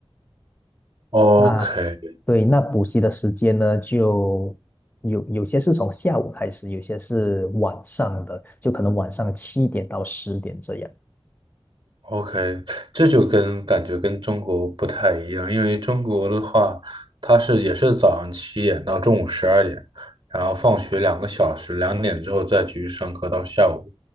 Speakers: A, on the right; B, on the left.
A: OK，
B: 那对，那补习的时间呢，就有有些是从下午开始，有些是晚上的，就可能晚上七点到十点这样。
A: OK，这就跟感觉跟中国不太一样，因为中国的话，它是也是早上七点到中午十二点，然后放学两个小时，两点之后再继续上课到下午，